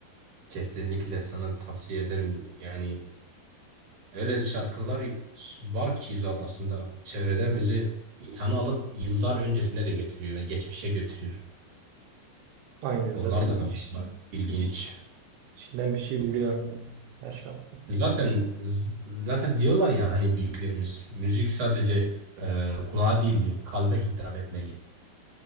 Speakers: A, on the right (about 60°); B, on the right (about 85°).
A: Kesinlikle sana tavsiye ederim. Yani öyle şarkılar var ki zat aslında çevrede
B: Hı.
A: bizi insanı alıp yıllar öncesine de götürüyor. Yani geçmişe götürüyor.
B: Aynen
A: Onlar
B: zaten
A: da
B: iç,
A: mesela ilginç.
B: iç, içinden bir şey biliyor her şarkı.
A: Zaten zaten diyorlar ya hani büyüklerimiz müzik sadece e, kulağa değil diyor. Kalbe hitap etmeli.